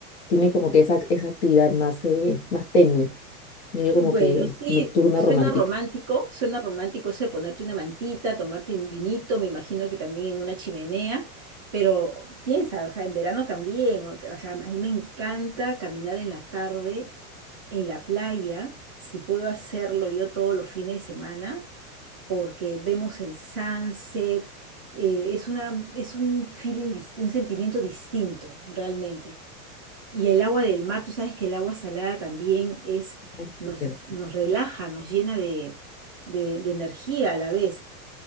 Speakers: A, on the left; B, on the right.
A: tiene como que esa, esa actividad más, eh, más tenue medio
B: Bueno,
A: como que
B: sí,
A: nocturna
B: suena
A: romántica.
B: romántico, suena romántico ese de ponerte una mantita, tomarte un vinito, me imagino que también en una chimenea, pero piensa, o sea, en verano también, o, o sea, a mí me encanta caminar en la tarde en la playa, si puedo hacerlo yo todos los fines de semana, porque vemos el sunset, eh, es una, es un feeling, dist- un sentimiento distinto realmente. Y el agua del mar, tú sabes que el agua salada también es,
A: Ah,
B: nos,
A: cierto.
B: nos relaja, nos llena de, de, de energía a la vez.